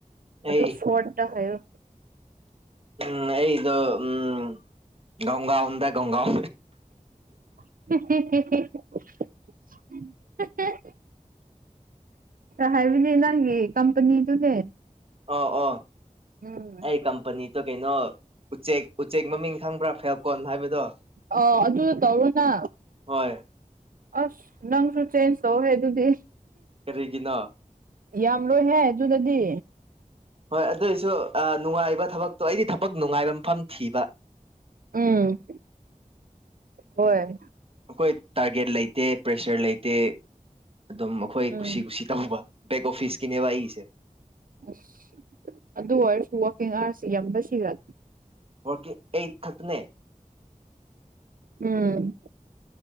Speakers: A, on the right (about 90°); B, on the right (about 45°).
A: ꯑꯗꯨ
B: ꯑꯩ
A: ꯁꯠꯗ ꯍꯥꯏꯣ
B: ꯎꯝ ꯑꯩꯗꯣ ꯎꯝ ꯣꯡꯒꯥꯎꯗ ꯡꯒꯥꯎ
A: ꯍ ꯍ ꯍ ꯍꯥꯏꯕꯅꯦ ꯅꯪꯒꯤ ꯀꯝꯄꯅꯤꯗꯨꯅꯦ
B: ꯑ ꯑꯣ
A: ꯎꯝ
B: ꯑꯩ ꯀꯝꯄꯅꯤꯗꯣ ꯀꯩꯅꯣ ꯎꯆꯦꯛ ꯎꯆꯦꯛ ꯃꯃꯤꯡ ꯈꯪꯕ꯭ꯔꯥ ꯐꯦꯜꯀꯣꯟ ꯍꯥꯏꯕꯗꯣ
A: ꯑ ꯑꯗꯨ ꯇꯧꯔꯨꯅ
B: ꯍꯣꯏ
A: ꯑꯁ ꯅꯪꯁꯨꯨ ꯆꯦꯟꯖ ꯇꯧ ꯍꯦꯗꯨꯗꯤ
B: ꯀꯔꯤꯒꯤꯅꯣ
A: ꯌꯥꯝꯔꯣꯏꯍꯦ ꯑꯗꯨꯗꯗꯤ
B: ꯍꯣꯏ ꯑꯗꯨꯑꯣꯏꯁꯨ ꯅꯨꯡꯉꯥꯏꯕ ꯊꯕꯛꯇꯣ ꯑꯩꯗꯤ ꯊꯕꯛ ꯅꯨꯡꯉꯥꯏꯕ ꯃꯐꯝ ꯊꯤꯕ
A: ꯎꯝ ꯍꯣꯏ
B: ꯑꯩꯈꯣꯏ ꯇꯥꯔꯒꯦꯠ ꯂꯩꯇꯦ ꯄ꯭ꯔꯦꯁꯔ ꯂꯩꯇꯦ ꯑꯗꯨꯝ ꯑꯩꯈꯣꯏ
A: ꯎꯝ
B: ꯀꯨꯁꯤ ꯀꯨꯁꯤ ꯇꯧꯕ ꯕꯦꯛ ꯑꯣꯐꯤꯁꯀꯤꯅꯦꯕ ꯑꯩꯒꯤꯁꯦ
A: ꯑꯁ ꯑꯗꯨ ꯑꯣꯏꯔꯁꯨ ꯋꯥꯛꯀꯤꯡ ꯑꯥꯋꯥꯔꯁꯁꯤ ꯌꯥꯝꯗ ꯁꯤꯈ꯭ꯔ
B: ꯍꯔꯀꯤ ꯑꯩꯠ ꯈꯛꯇꯅꯦ
A: ꯎꯝ